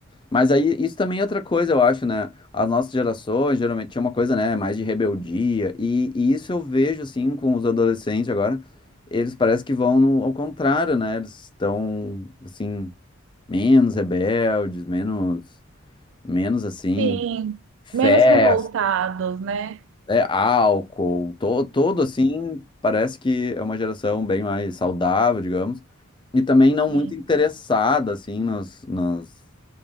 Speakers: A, on the left (about 25°); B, on the right (about 65°).
A: Mas aí isso também é outra coisa, eu acho, né? As nossas gerações geralmente tinha uma coisa, né, mais de rebeldia, e, e isso eu vejo assim com os adolescentes agora. Eles parece que vão no- ao contrário, né? Eles estão assim menos rebeldes, menos menos assim
B: Sim,
A: festa,
B: menos revoltados, né?
A: é, álcool, to, todo assim, parece que é uma geração bem mais saudável, digamos, e também não muito
B: Sim.
A: interessada assim nos, nos